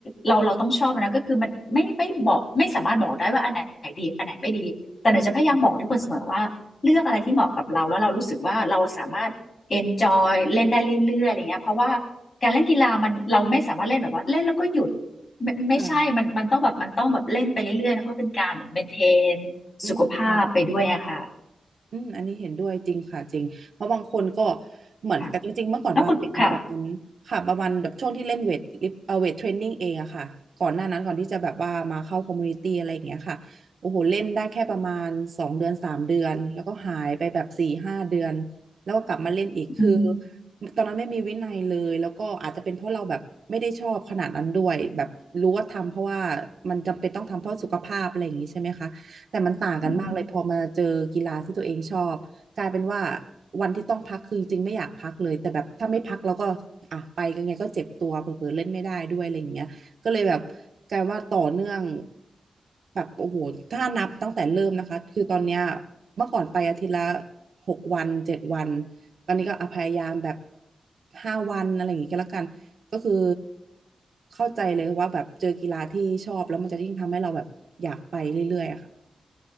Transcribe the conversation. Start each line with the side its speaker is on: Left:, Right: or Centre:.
Left: เราเราต้องชอบมันนะก็คือมันไม่ไม่บอกไม่สามารถบอกได้ว่าอันไหนดีอันไหนไม่ดีแต่หน่อยจะพยายามบอกทุกคนเสมอว่าเลือกอะไรที่เหมาะกับเราแล้วเรารู้สึกว่าเราสามารถ
Right: อืม
Left: enjoy เล่นได้เรื่อยๆอะไรเงี้ยเพราะว่าการเล่นกีฬามันเราไม่สามารถเล่นแบบว่าเล่นแล้วก็หยุดไมันไม่ใช่มันมันต้องแบบมันต้องแบบเล่นไปเรื่อยๆนะเพราะเป็นการแบบ
Right: ค่ะ
Left: maintain
Right: อืมค่ะ
Left: สุขภาพไปด้วยอะค่ะ
Right: อืมอันนี้เห็นด้วยจริงค่ะจริงเพราะบางคนก็เหมือนกับจริงๆเมื่อก่อนปาเป็นแบบนั้นค่ะประมาณแบบช่วงที่เล่นเวทลิฟเอ่อเวทเทรนนิ่งเองอะค่ะก่อนหน้านั้นก่อนที่จะแบบว่ามาเข้าคอมมูนิตี้อะไรอย่างเงี้ยค่ะโอ้โหเล่นได้แค่ประมาณสองเดือนสามเดือนแล้วก็หายไปแบบสี่ห้าเดือน
Left: ค่ะแล้วคุณค่ะ
Right: แล้วก็กลับมาเล่นอีกคือ
Left: อืม
Right: ตอนนั้นไม่มีวินัยเลยแล้วก็อาจจะเป็นเพราะเราแบบไม่ได้ชอบขนาดนั้นด้วยแบบรู้ว่าทำเพราะว่ามันจำเป็นต้องทำเพราะสุขภาพอะไรอย่างงี้ใช่ไหมคะ แต่มันต่างกันมากเลยพอมาเจอกีฬาที่ตัวเองชอบกลายเป็นว่า
Left: อืม
Right: วันที่ต้องพักคือจริงไม่อยากพักเลยแต่แบบถ้าไม่พักแล้วก็อ่ะไปกันไงก็เจ็บตัวเผลอๆเล่นไม่ได้ด้วยอะไรอย่างเงี้ยก็เลยแบบกลายว่าต่อเนื่องแบบโอ้โหถ้านับตั้งแต่เริ่มนะคะคือตอนเนี้ยเมื่อก่อนไปอาทิตย์ละหกวันเจ็ดวันตอนนี้ก็อ่ะพยายามแบบห้าวันอะไรอย่างงี้ก็แล้วกันก็คือเข้าใจเลยว่าแบบเจอกีฬาที่ชอบแล้วมันจะยิ่งทำให้เราแบบอยากไปเรื่อยๆอะค่ะ